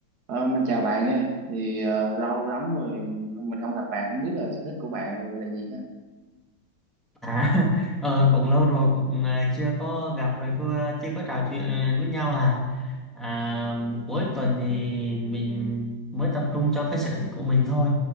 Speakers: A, on the right; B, in the centre.
A: Ờ, mình chào bạn nha. Thì ờ, lâu lắm rồi mình không gặp bạn, không biết là sở thích của bạn là gì ha.
B: À, <laughs> ờ, cũng lâu rồi cũng ờ, chưa có gặp rồi chưa, chưa có trò chuyện với nhau à. à cuối tuần thì mình mới tập trung cho cái sở thích của mình thôi